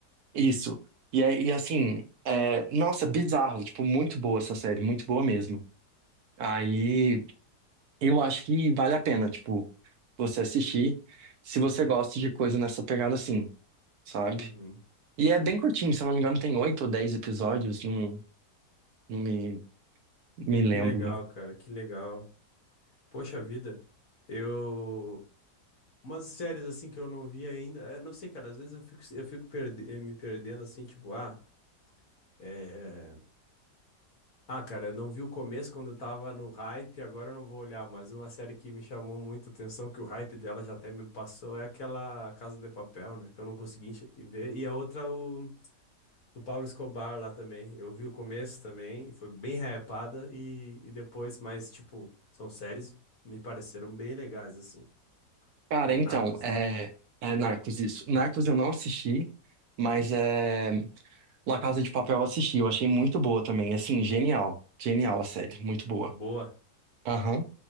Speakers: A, on the right (about 70°); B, on the left (about 55°).
A: Isso. E, é- e assim, é, nossa, bizarro, tipo, muito boa essa série, muito boa mesmo. Aí eu acho que vale a pena, tipo, você assistir, se você gosta de coisa nessa pegada assim, sabe?
B: Uhum.
A: E é bem curtinho, se eu não me engano, tem oito ou dez episódios, não, não me, me lembro.
B: Que legal, cara, que legal. Poxa vida, eu. Umas séries, assim, que eu não vi ainda. Eu não sei, cara, às vezes eu fico, eu fico perde- me perdendo, assim, tipo, ah. é, Ah, cara, eu não vi o começo quando eu tava no hype, agora eu não vou olhar, mas uma série que me chamou muito a atenção, que o hype dela já até me passou, é aquela Casa de Papel, né? Que eu não consegui enxer- ver. E a outra, o do Pablo Escobar lá também. Eu vi o começo também, foi bem hypada, e, e depois, mas, tipo, são séries me pareceram bem legais, assim.
A: Cara,
B: É
A: então,
B: Narcos,
A: é,
B: né?
A: é Narcos isso. Narcos eu não assisti, mas é, La Casa de Papel eu assisti, eu achei muito boa também, assim, genial, genial a série, muito boa.
B: Boa.
A: Aham.